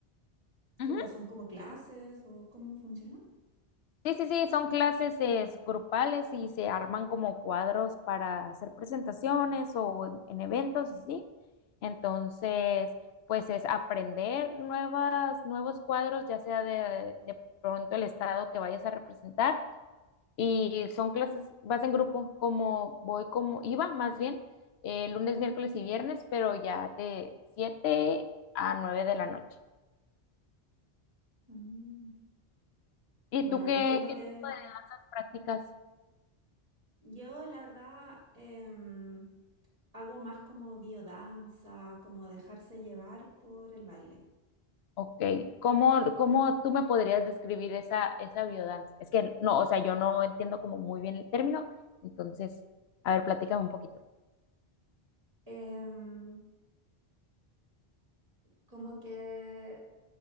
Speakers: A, on the left; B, on the right.
A: Ujú.
B: o son como clases, o cómo funciona?
A: Sí, sí, sí, son clases eh, grupales y se arman como cuadros para hacer presentaciones o en, en eventos, ¿sí? Entonces, pues es aprender nuevas, nuevos cuadros, ya sea de, de pronto el estado que vayas a representar Y son clases, vas en grupo, como voy, como iba más bien, eh, lunes, miércoles y viernes, pero ya de 7 a 9 de la noche.
B: Mm.
A: ¿Y
B: Bueno,
A: tú qué,
B: ahora entiendo
A: qué
B: que
A: tipo de danzas practicas?
B: Yo, la verdad, em, hago más como biodanza, como dejarse llevar por el baile.
A: Ok, ¿cómo, cómo tú me podrías describir esa, esa biodanza? Es que no, o sea, yo no entiendo como muy bien el término, entonces, a ver, platícame un poquito.
B: Em, como que